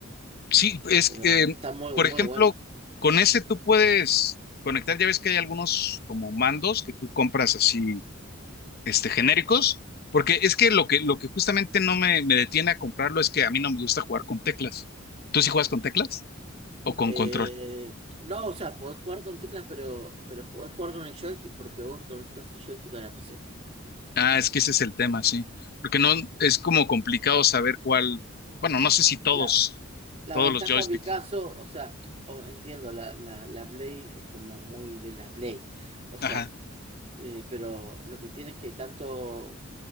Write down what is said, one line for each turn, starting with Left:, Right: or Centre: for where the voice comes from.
Left: Sí, es
Right: Pero
Left: que, eh,
Right: están muy,
Left: por
Right: muy
Left: ejemplo,
Right: buenos.
Left: con ese tú puedes conectar, ya ves que hay algunos como mandos que tú compras así, este, genéricos, porque es que lo que, lo que justamente no me, me detiene a comprarlo es que a mí no me gusta jugar con teclas. ¿Tú sí juegas con teclas o con
Right: Eh,
Left: control?
Right: no, o sea, podés jugar con teclas, pero, pero podés jugar con el joystick, porque vos conectás el joystick a la PC.
Left: Ah, es que ese es el tema, sí, porque no, es como complicado saber cuál, bueno, no sé si todos,
Right: La, la
Left: todos
Right: ventaja
Left: los joysticks.
Right: en mi caso, o sea, o- entiendo, la, la, la Play es como muy de la Play. O
Left: Ajá.
Right: sea, Eh, pero lo que tiene es que tanto